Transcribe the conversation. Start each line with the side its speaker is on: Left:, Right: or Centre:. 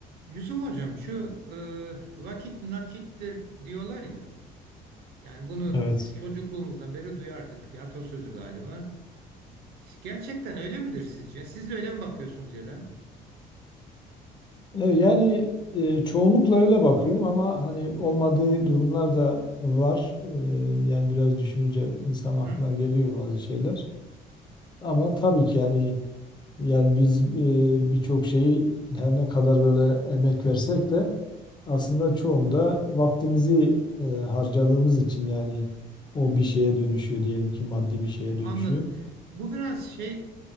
Right: Yusuf Hocam şu e, vakit nakittir diyorlar ya. Yani bunu
Left: Evet.
Right: biz çocukluğumuzdan beri duyardık. Bir atasözü galiba. Gerçekten öyle midir sizce? Siz de öyle mi bakıyorsunuz ya da?
Left: E, Yani e, çoğunlukla öyle bakıyorum ama hani olmadığı durumlar da var. E, yani biraz düşününce insan aklına
Right: Hı,
Left: geliyor bazı şeyler. Ama tabii ki yani yani biz e, birçok şeyi her ne kadar böyle emek versek de aslında çoğunda vaktimizi e, harcadığımız için yani o bir şeye dönüşüyor diyelim ki maddi bir şeye
Right: anladım.
Left: dönüşüyor.
Right: Bu biraz şey